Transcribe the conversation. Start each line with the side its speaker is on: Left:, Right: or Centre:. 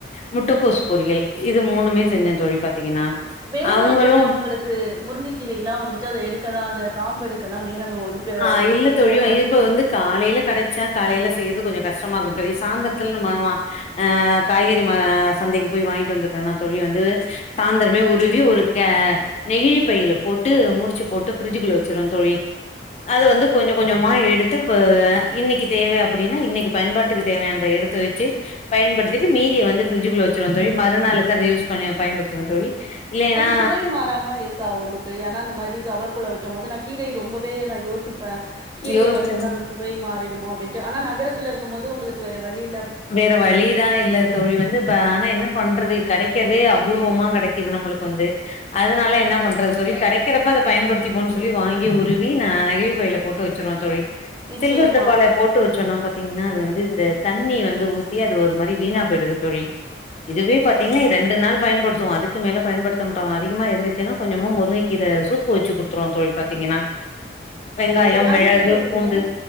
Left: முட்டக்கோசு பொரியல் இது மூணுமே செஞ்ச தோழி பாத்தீங்கன்னா
Right: வேலை
Left: அவங்களு
Right: நாட்கள்ல ஒங்களுக்கு முருங்கைக்கீரை எல்லாம் வந்துட்டு அதை எடுக்கதா அந்த காம்பு எடுக்கலா நேரம் ஒதுக்க
Left: ஆ
Right: ரொம்ப
Left: இல்ல
Right: சிரமமா
Left: தோழி
Right: இருக்கு
Left: இப்ப வந்து காலையில கெடைச்சா காலையில செஞ் து கொஞ்சோ கஷ்டமா இருக்கும் தோழி சாயந்தரத்துல நம்ம அ ஆ காய்கறி அஹ் சந்தைக்கு போய் வாங்கிட்டு வந்துட்டோம் வேனா தோழி வந்து சாயந்தரமே உருவி ஆ ஒரு நெகிழி பைல போட்டு முடிச்சு போட்டு ஃப்ரிட்ஜுக்குள்ள வெச்சிருவ தோழி அத வந்து கொஞ்ச கொஞ்சமா எடுத்து போ வே இன்னைக்கி தேவை அப்டின்னா இன்னைக்கி பயன்பாட்டுக்கு தேவையானத எடு எடுத்து வச்சு பயன்டுத்திட்டு மீதிய வந்து ஃப்ரிட்ஜுக்குள்ள வெச்சிருவ தோழி மறுநாளுக்கு அதை யூஸ் பண்ணி பயன்படுத்துவ தோழி இல்லைன்னா
Right: அது சுவை மாறாம இருக்கா உங்களுக்கு ஏன்னா அந்த மாரி கவர் குள்ள வைக்கும் போது நா கீரை ரொம்பவே நா யோசிப்பே கீரையை
Left: யோசிச்சு
Right: வச்சுட்டு அதோட சுவை மாறிடுமோ டின்ட்டு ஆனா நகரத்தில இருக்கும் போது உங்களுக்கு வேற வழியில்
Left: வேற வழிதா இல்ல தோழி வந்து ஆனா என்ன பண்றது கெடைக்கறதே அபூர்வமா கெடைக்குது நம்மளுக்கு வந்து அதனால என்ன பண்றது தோழி கெடைக்கிறப்ப அத பயன்படுத்தி போன்னு சொல்லி வாங்கி உருவி நா நெகிழிப் பையில போட் டு வெச்சிருவ தோழி
Right: நிச்சயமா
Left: சில்வர் டப்பல போட்டு வச்சோன்னா பாத்தீங்கன்னா அது வந்து இந்த தண்ணி வந்து ஊத்தி அது ஒரு மாதிரி வீணா போயிடுது தோழி இதுவே பாத்தீங்கன்னா
Right: ஓ
Left: ரெண்டு நாள் பயன்படுத்த த்துவோ அதுக்கு மேல பயன்படுத்த மாட்டோ அதிகமா இருந்துச்சுன்னா கொஞ்சமோ முருங்கக்கீரை சூப்பு வச்சு குடுத்துருவோ தோழி பாத்தீங்கன்னா வெங்காயம்
Right: ஓ, சரி அது
Left: மிளகு
Right: எப்டி வைப்பீங்க
Left: பூண்டு